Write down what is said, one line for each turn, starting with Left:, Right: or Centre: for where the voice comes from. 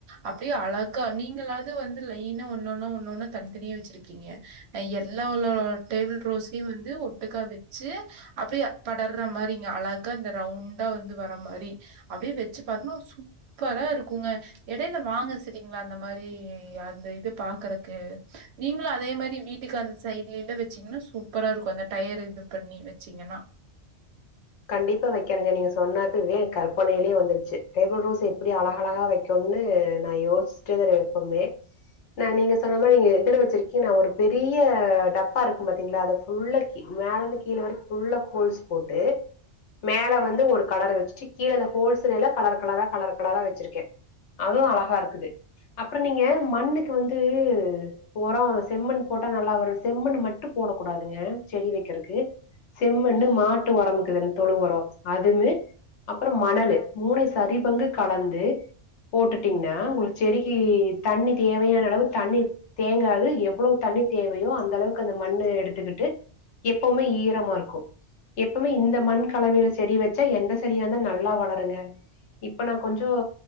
Right: அப்டியே அழகா நீங்களாவது வந்து லைன ஒன்னொன்னா ஒன்னு ஒன்னா தனித்தனியே வச்சிருக் கீங்க நா எல்லா உள்ள டேபிள் ரோஸையும் வந்து ஒட்டுக்கா வச்சு அப்டியே படர்ற மாரி இங்க அழகா இந்த ரவுண்டா வந்து வர மாரி அப்டி வெச்சு பாத்னொ சூப்பரா இருக்குங்க எடையில வாங்க சரிங்ளா அந்த மாரி அந்த இது பாக்குறக்கு நீங்களும் அதே மாரி வீட்டுக்கு அந்த சைட்லில்ல வச்சீங்கன்னா சூப்பரா இருக்கும் அந்த டயர் இது பண்ணி வச்சீங்கன்னா
Left: கண்டிப்பா வைக்கிறங்க நீங்க சொன்னாக்கவே கற்பனையிலே வந்துருச்சு டேபிள் ரோஸ் எப்டி அழகழகா வைக் சொண்ணு நா யோச்ட்டு இரு எப்பமே நா நீங்க சொன்ன மாரி நீங்க இதுல வச்சிருக்கீ நா ஒரு பெரிய டப்பா இருக்கும் பாத்தீங்களா அத ஃபுல்லா கி மேலந்து கீழ வரைக்கும் ஃபுல்லா கோல்ஸ் போட்டு மேல வந்து ஒரு கலர் வச்சுட்டு கீழ அந்த ஹோல்ஸ் எல்லா கலர் கலரா கலர் கலரா வச்சிருக்கேன் அதுவும் அழகா இருக்குது அப்புறம் நீங்க மண்ணுக்கு வந்து ஒரொ செம்மண் போட்டா நல்லா வரும் செம்மண் மட்டும் போடக் கூடாதுங்க செடி வைக்கிறதுக்கு செம்மண்ணு மாட்டு ஒரமுக்குதுன்னு தொழு ஒரம் அதுமு அப்புறம் மணல் மூனையும் சரி பங்கு கலந்து போட்டுட்டீங்கன்னா ஒங்ளுக்கு செடிக்கு தண்ணி தேவையான அளவு தண்ணி தேங்காது எவ்வளோ தண்ணி தேவையோ அந்த அளவுக்கு அந்த மண்ணு எடுத்துக்கிட்டு எப்பவ்மே ஈரமா இருக்கும் எப்பவ்மே இந்த மண் கலவையில செடி வச்சா எந்த செடியா இருந்தா நல்லா வளருங்க இப்ப நா கொஞ்சம்